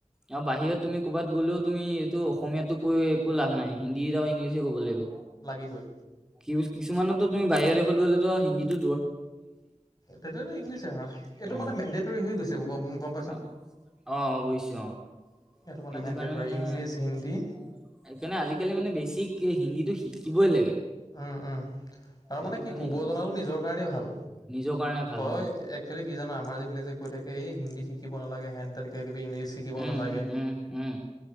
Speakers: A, in the centre; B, on the left (about 30°).
A: আৰু বাহিৰত তুমি ক'বাত গ'লেও তুমি এইটো অসমীয়াটো কৈ একো লাভ নাই হিন্দী ইংলিছে ক'ব লাগিব।
B: লাগিবই
A: কি-কিছুমানতো তুমি বাহিৰা তত গ'লেলতো আৰু হিন্দীতো
B: তেতিয়ো ইলিছে আৰু এইটো
A: অ
B: মানে মেডেটৰী হৈ গৈছে গ'ম-গ'ম
A: অ', অৱশ্য অ'।
B: এইটো মানে
A: সেইটো
B: মেণ্ডেটৰী
A: কাৰণে মানে
B: ইংলিছ
A: সেইকাৰণে
B: হিন্দী
A: আজিকালি মানে বে বেছিক হিন্দীটো শিকিবই লাগে।
B: উম, উম। তাৰ
A: সেইটো
B: মানে কি
A: কাৰণে
B: ক'ব
A: হি-
B: জনাটো নিজৰ কাৰণেই ভাল।
A: নিজৰ কাৰণে ভাল
B: তই
A: অ
B: একচোৱেলি কি জানা আমাৰ যিবিলাক কৈ থাকে এই হিন্দী শিকিব নালাগে হেন তেনেকৈ কিবি ইংলিছ শিকিব
A: উম,
B: নালাগে।
A: উম, উম, উম,